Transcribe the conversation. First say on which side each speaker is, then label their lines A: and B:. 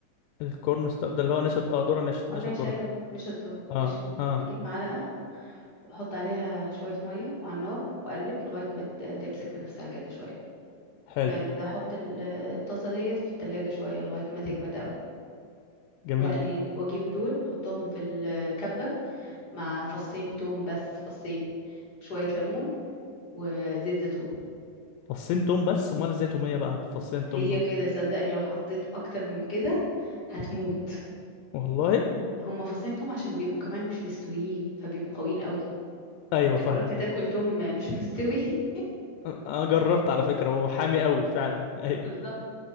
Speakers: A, on the left; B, on the left.
A: الكورن ستار ده اللي هو نشا اه ذره نشا
B: اه
A: نشا
B: نشا
A: الذره
B: ايوه نشا الذرة
A: اه
B: نشا
A: اه
B: بجيب معلقة واحط عليها شوية مية وعلى النار واقلب لغاية ما ت- تمسك في نفسها كده شوية
A: حلو
B: بعد كده احط ال- الطاسة ديت في التلاجة شوية لغاية ما تجمد قوي
A: جميل
B: واقلي واجيب دول احطهم في الكبة مع فصين توم بس فصين شوية ليمون وزيت زيتون
A: فصين توم بس امال ازاي توميه بقى بفصين التوم
B: هي
A: دول
B: كده صدقني لو حطيت اكتر من كده هتموت
A: والله
B: هما فصين توم عشان بيبقوا كمان مش مستويين فبيبقوا قويين قوي
A: ايوه
B: انت
A: فاهمك
B: جربت تاكل توم مش مستوي <laughs>
A: انا أنا جربت على فكره وهو حامي قوي فعلا <laughs> ايوه
B: بالظبط